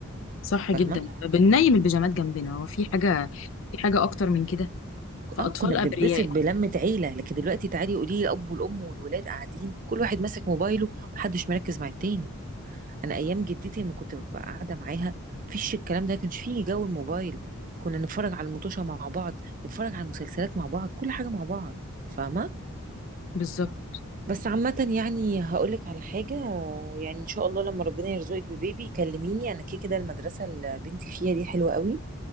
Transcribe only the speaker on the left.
صح
جدا بننيم البيجامات جنبنا هو في حاجه في حاجه اكتر من كده فاطفال
ابرياء
بالظبط